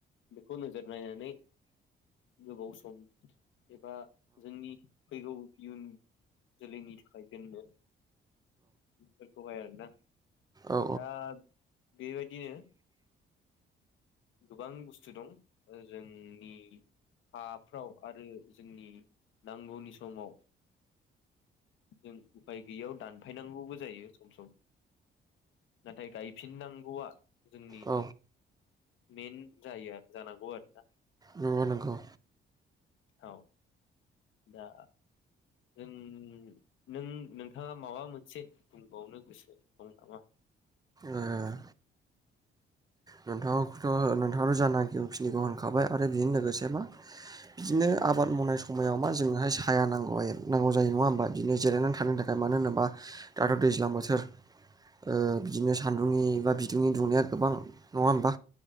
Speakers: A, on the left; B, on the right.
A: बेखौ नोजोर नायनानै गोबाव सम एबा जोंनि फैगौ इयुन जोलैनि था खाय दोननो बेफोरखौहाय आरोना।
B: औ
A: दा बेबायदिनो गोबां बुस्थु दं ओ जोंनि हाफ्राव आरो जोंनि नांगौनि समाव जों उफाय गैयियाव दानफायनांगौबो जायो सम सम नाथाय गायफिननांगौवा जोंनि
B: औ
A: मेइन जायो आरो जानांगौ आरोना।
B: नंगौ नंगौ।
A: औ। दा जों नों-नोंथाङा माबा मोनसे बुंबावनो गोसो दं नामा?
B: ओ नोंथाङाखौथ' नोंथाङानो जानागिखिनिखौ होनखाबाय आरो बेनो लोगोसेबा बिदिनो आबाद मावनाय समायाव मा जोंनोहाय साया नांगौ नांगौ जायो नङा होमबा बिदिनो जिरायनानै थानो थाखाय मानो होनोब्ला दाथ' दैज्लां बोथोर ओ बिदिनो सान्दुंनि बा बिदुंनि दुंनाया गोबां नङा होमबा